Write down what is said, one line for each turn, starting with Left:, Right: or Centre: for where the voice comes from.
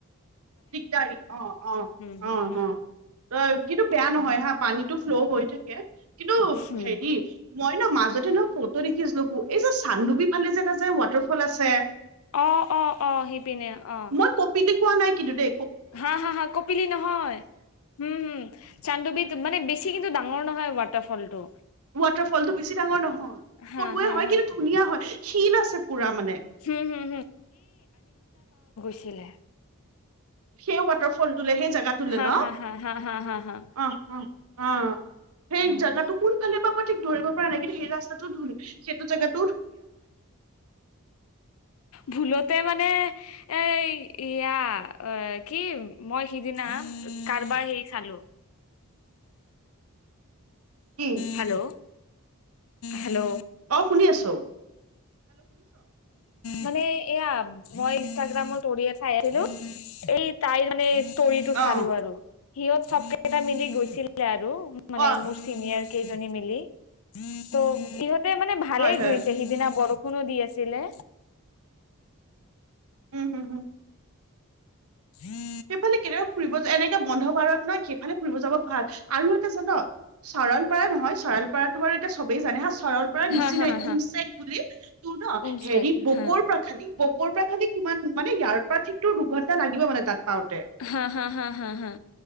Right: দিগদাৰি অ অ
Left: হম হম
Right: অ
Left: হম
Right: অ কিন্তু বেয়া নহয়
Left: হম
Right: হা পানীটো ফ্ল' হৈ থাকে কিন্তু
Left: হম
Right: হেৰি মই, এই ন মাজতে নহয় ফটো দেখিছ নখো এই যে চান্দুবি ফালে যে এটা যে ৱাটাৰফল আছে।
Left: আহ অ অ সিপিনে অ!
Right: মই কপিলি কোৱা নাই কিন্তু দে,
Left: হা হা হা কপিলি নহয় হম হুম চান্দুবিধ মানে বেছি কিন্তু দ, ডঙৰ নহয় ৱাটাৰফল টো।
Right: ৱাটাৰফলটো বেছি ডাঙৰ নহয় সৰুৱে
Left: হা হা
Right: হয়
Left: হা
Right: কিন্তু ধুনীয়া হয় শীিল আছে পুৰা মানে
Left: হম হম দিলে।
Right: সেই ৱাটাৰফল, ত সেই জেগা তোলে
Left: হা
Right: ন
Left: হা হা হা হা হা হা
Right: অ সেই
Left: উম
Right: জেগাটো কোনফালে ধৰিব পৰা নাই কিন্তু সেই ৰাস্তাটো ধুলল সেইটো জাগগাত
Left: ভুলতে মানে, এ এয়া কি মই সিদিনা কাৰবাৰ হেৰি খালো।
Right: কি
Left: হেল্ল'! হেল্ল'
Right: অ শুনি আছোঁ
Left: মানে এয়া। মই ইনষ্টাগ্ৰামত উয়ে চাই আছিলো এই তাই মানে। তৰিটো চালো
Right: অ
Left: আৰু। সিহঁত চব কেইটা মিলি গৈছিলে আৰু। মানে
Right: অ
Left: মোৰ চিনিয়ৰ। কেইজনী মিলি ত। মানে ভালেই
Right: হয় হয়
Left: গই। সিদিনা বৰষুণো দি আছিলে।
Right: উম হম হম।
Left: উ <unintelligible>
Right: সেইফালে কেনেয়াা ফুৰিব এনেকাে বন্ধ ভাৰত নহয়। সেইফালে ফুৰিব যাব ভাল আৰু এটা জান চৰালপাৰা নহয় চৰালপাৰাত। তোমাৰ এতিয়া চবেই জানে হা চৰৰ পৰা নিচিনাই
Left: হা হা হা হা
Right: ওমচেক বুলি তোৰ ন
Left: উমষ্টাক
Right: হেৰি বকৰ
Left: হা
Right: পৰা খালি ব। পৰা খালি কিমান মানে ইয়াৰ পৰা ঠিকতো দুঘণ্টা লাগিব মানে তাত। পাওঁতে
Left: হা হা হা হা হা।